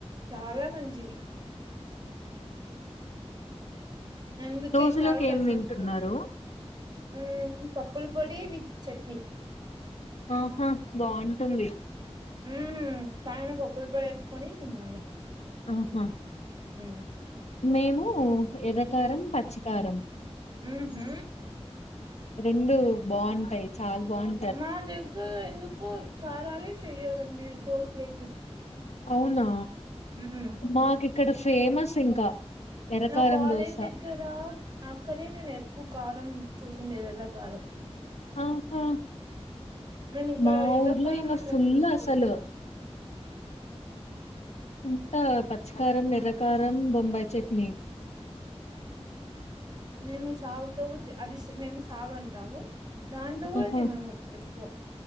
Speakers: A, on the right; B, on the left.
A: చాలా మంచిది అందుకే
B: దోశలోకి
A: చాల సంతోషము
B: ఏం తింటున్నారు
A: హు పప్పుల పొడి విత్ చట్నీ
B: ఆహా బాగుంటుంది
A: ఉ పైన పప్పుల పొడి ఎసుకొని తిన్నాము
B: ఆహా
A: హు
B: మేము ఎర్రకారం పచ్చికారం
A: ఉ హు
B: రెండు బాగుంటాయి చాల బాగుం
A: మా దగ్గర ఎందుకు సారాలే చెయ్యారండి దోశలకి
B: అవునా
A: ఉ హు
B: మాకు ఇక్కడ ఫేమస్ ఇంకా ఎర్రకారం
A: నా కాలేజ్
B: దోశ
A: దగ్గర అక్కడే నేను ఎక్కువ కారం చూసింది ఎర్ర కారం
B: ఆహా
A: మేము ఇక్కడ
B: మా
A: ఎర్ర
B: ఊర్లో
A: కారం
B: ఇంగ
A: అట్లా
B: ఫుల్
A: తీసుకోము
B: అసలు అంతా పచ్చకారం ఎర్రకారం బొంబాయి చట్నీ
A: మేము సాగుతో కూ అది మేము సాగు అంటాము దాంతో కూడా
B: ఆహా
A: తినము ఎక్కువ